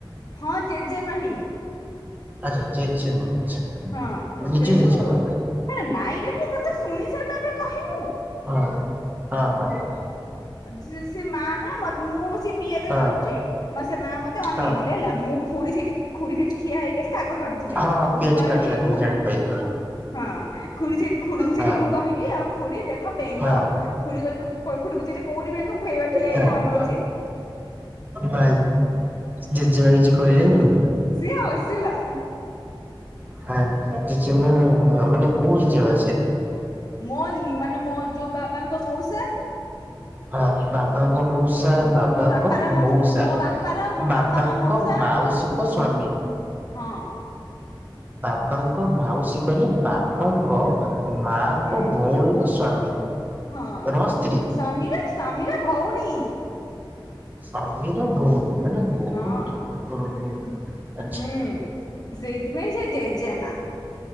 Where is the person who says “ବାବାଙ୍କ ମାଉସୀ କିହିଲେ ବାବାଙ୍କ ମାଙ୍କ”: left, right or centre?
Right